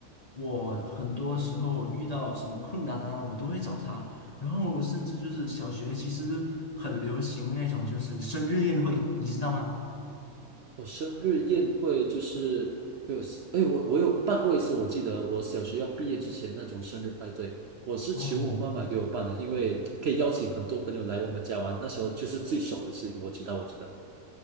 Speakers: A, on the left (about 35°); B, on the right (about 60°).
A: 我很多时候遇到什么困难啊，我都会找他，然后甚至就是小学其实很流行那种就是生日宴会，你知道吗？
B: 我生日宴会就是给我，哎，我我有办过一次，我记得我小学要毕业之前那种生日派对，我是求我妈妈给我办的，
A: 嗯。
B: 因为可以邀请很多朋友来我们家玩，那时候就是最爽的事情，我知道，我知道。